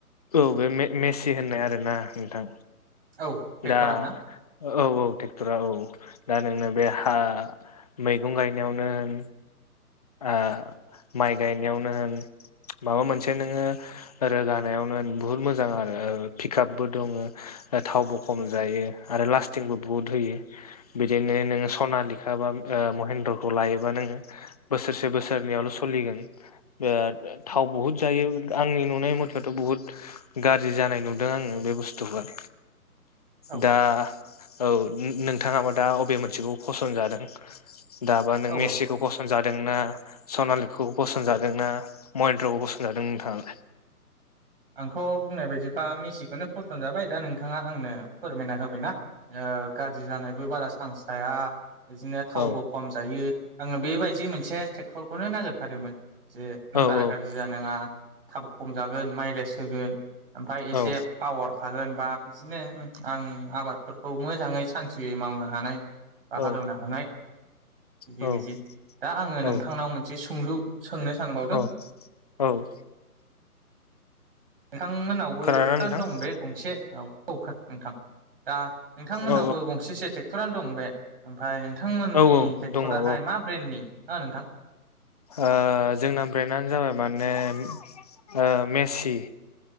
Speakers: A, on the left; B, on the right.
A: औ बे मेसि होननाय आरोना नोंथां
B: औ ट्रेक्टरा
A: दा
B: ना
A: औ औ ट्रेक्टरा औ दा नोंनो बे हा मैगं गायनायावनो होन ओ माइ गायनायावनो होन माबा मोनसे नोङो रोगानायावनो बुहुत मोजां आरो पिकआपबो दङ थावबो खम जायो आरो लास्टिंबो बुहुत होयो बिदिनो नोङ सनालेखाबा ओ महेन्द्रखौ लायोबा नोङो बोसोरसे बोसोरनैयावल' सोलिगोन बे थाव बहुद जायो आंनि नुनाय मथेथ' बुहुद गाज्रि जानाय नुदों आङो बे बुस्थुखौहाय
B: औ
A: दा औ नोंथाङाबा दा अबे मोनसेखौ फसन्द जादों। दाबा नों
B: औ
A: मेसिखौ फस जादोंना सनालिखौ पसनजादोंना महेन्द्रखौ पसनजादों नोंथाङालाय?
B: आंथ' बुंनाय बायदिबा सिखौनो फसन जाबाय दा नोंथाङा आंनो फोरमायना होबायना गाज्रि जानायबो बारा सान्स था <unintelligible> बिदिनो थावबो
A: औ
B: खम जायो आङो बेबायदि मोनसे ट्रेक्टरखौनो नागिरखादोंमोन। जे
A: औ
B: बारा
A: औ
B: गाज्रि जानाङा थाब खम जागोन माइगाय सोगोन ओमफ्राय एसे
A: औ
B: पावार थागोन बा बिदिनो आं आबादफोरखौ मोजाङै सान्थियै मावनो हानाय बा
A: औ
B: हालेवनो हानाय बिदि
A: औ
B: बिदि दा आङो
A: औ
B: नोंथांनाव मोनसे सोंलु सोंनो सानबावदों
A: औ औ
B: नोंथांमोननावबो
A: खोनादोंना
B: ट्रेक्ट'रनो
A: नोंथां
B: दं बे गंसे औखा नोंथां। दा नोंथांमोननावबो
A: औ
B: गंसेसो ट्रेक्टरानो दं बे ओमफ्राय नोंथांमोननि
A: औ औ
B: ट्रेक्टराहाय
A: दङ औ
B: मा ब्रेन्डनि हो नोंथां?
A: ओ जोंना ब्रेन्डआानो जाबाय माने ओ मेसि।